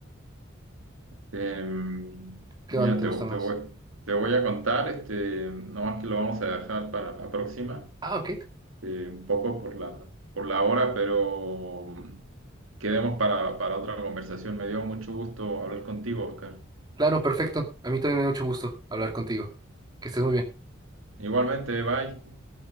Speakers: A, on the right; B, on the right.
A: Em,
B: ¿Qué
A: mira,
B: banda te
A: te,
B: gusta más?
A: te voy, te voy a contar, este, nomás que lo vamos a dejar para la próxima,
B: Ah, ok.
A: eh, un poco por la, por la hora, pero mm, quedemos para, para otra conversación. Me dio mucho gusto hablar contigo, Oscar.
B: Claro, perfecto. A mí también me da mucho gusto hablar contigo. Que estés muy bien.
A: Igualmente, bye.